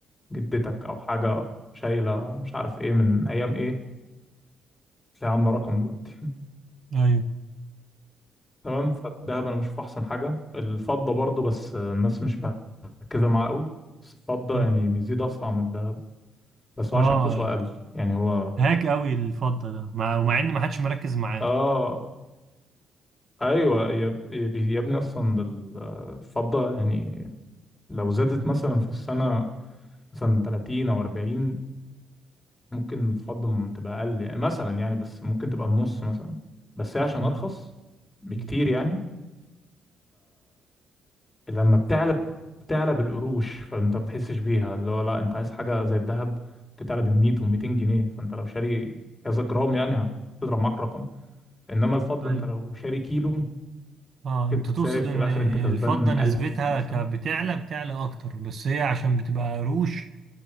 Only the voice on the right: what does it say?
ايوه
مم.
اه
هاك قوي الفضه ده مع ومع ان ما حدش مركز معاه
مم.
مم.
ايوه
اه
انت تقصد
ان
الفضة نسبتها
ك- بتعلى بتعلى اكتر بس هي عشان بتبقى قروش